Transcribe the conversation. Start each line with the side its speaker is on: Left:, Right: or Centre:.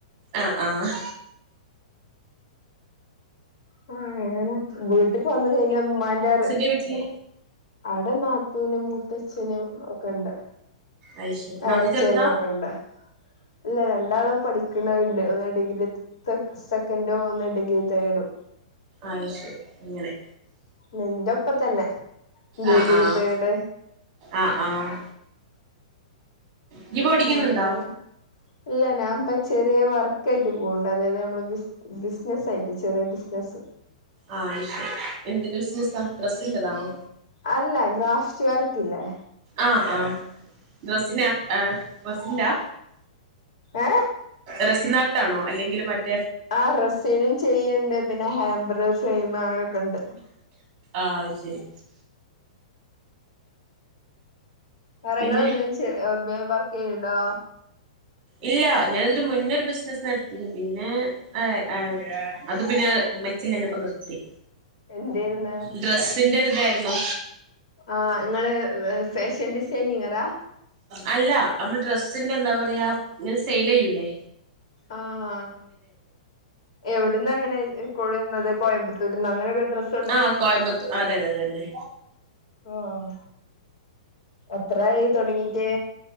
Right: ആഹ് ആഹ്
Left: അങ്ങനെണ് വീട്ട്ക്ക് വന്ന് കഴിഞ്ഞ ഇമ്മാന്റെറ്
Right: ൻ്റെ വീച്ച്ല്
Left: അവടെ നാത്തൂനും മൂത്തച്ഛനും ഒക്കെ ണ്ട്.
Right: അയ് ശരി നാത്തൂൻ
Left: എളച്ചനൊക്കെണ്ട്.
Right: ചെറുതാ
Left: ഇല്ല രണ്ടാള് പഠിക്ക്ണെണ്ട് ഒന്ന് ഡിഗ്രി തെ സെക്കൻഡും ഒന്ന് ഡിഗ്രി തേഡ്.
Right: അയ് ശെരി അങ്ങനെ.
Left: നിന്റെ ഒപ്പ തന്നെ ഡിഗിരി
Right: ആഹ് ആഹ്
Left: തേട്
Right: ആഹ് ആഹ് ഇയ്യ് ഇപ്പോ പഠിക്കുന്നുണ്ടോ
Left: അങ്ങനെ ഇല്ല ഞാൻ ഇപ്പ ചെറിയ വർക്കായിട്ട് പോകണ്ട് അതായത് നമ്മള് ബിസ് ബിസിനസ് ആയിട്ട് ചെറിയ ബിസിനസ്സ്
Right: ആഹ് അതുശെരി എന്തിന്റെ ബിസിനസാ ഡ്രസ്സിന്റെതാണോ
Left: അല്ല ഗ്രാഫ്റ്റ് വർക്ക് ഇല്ലേ
Right: ആഹ് ആഹ് ഡ്രസിന ഡ്രസിന്റാ
Left: ഏ
Right: റെസിനാർട്ടാണോ അല്ലെങ്കിൽ മറ്റ
Left: ആഹ് റെസൈനും ചെയ്യണ്ട് പിന്നെ ഹാമ്പർ ഫ്രെയിം അങ്ങനെയൊക്കെ ഉണ്ട്
Right: ആഹ് അത്ശരി
Left: മരങ്ങൾ
Right: പിന്നെ
Left: എന്തന്ലും ചെ വർക്ക് ചെയ്യണ്ടോ
Right: ഇല്ല ഞാന ഇതിനു മുന്നൊരു ബിസിനസ്സ് നടത്തിനി പിന്നെ ആഹ് ആഹ് അത് പിന്നെ മെച്ചിലഞപ്പ നിർത്തി
Left: എന്തായിരിന്ന്
Right: ഡ്രെസ്സിന്റെ രുതാരുന്നു
Left: ആഹ് ഇങ്ങള് ഫാഷൻ ഡിസൈനിങ്ങറാ
Right: അല്ല നമ്മള് ഡ്രസ്സിന്റെ എന്താ പറയാ ഇങ്ങനെ സെയിൽ ചെയ്യൂല്ലേ
Left: ആഹ് എവിടന്ന് എങ്ങനെയായി കൊഴുന്നത് കോയമ്പത്തൂർന്ന് അങ്ങനെയൊക്കെ ഡ്രസ്
Right: ആഹ് കോയമ്പത്തൂർ അതന്നെ അതന്നെ
Left: ആഹ് എത്രായി തുടങ്ങിട്ടേ